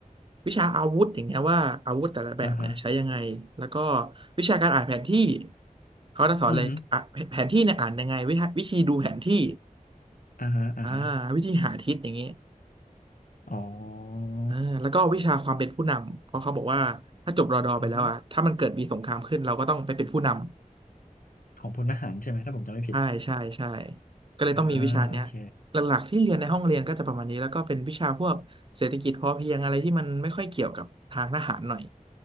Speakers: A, on the right (about 40°); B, on the left (about 80°).
A: วิชาอาวุธอย่างเงี้ยว่าอาวุธแต่ละแบบเนี่ยใช้ยังไง
B: อ่าฮะ
A: แล้วก็วิชาการอ่านแผนที่เขาจะสอนเลยอ่ะแผแผนที่เนี่ยอ่านยังไงวิธีวิธีดูแผนที่
B: อือฮึอ่าฮะอ่าฮะ
A: อ่าวิธีหาทิศอย่างงี้
B: อ๋อ
A: อ่าแล้วก็วิชาความเป็นผู้นำเพราะเขาบอกว่าถ้าจบรอดอไปแล้วอ่ะถ้ามันเกิดมีสงครามขึ้นเราก็ต้องไปเป็นผู้นำ
B: อือฮึของพลทหารใช่ไหมถ้าผมจำไม่ผิด
A: ใช่ใช่ใช่ก็เลยต้องมีวิชาเนี้ยหลักๆที่เรียนในห้องเรียนก็จะประมาณนี้แล้วก็เป็นวิชาพวกเศรษฐกิจพอเพียงอะไรที่มันไม่ค่อยเกี่ยวกับทางทหารหน่อย
B: อ่าโอเค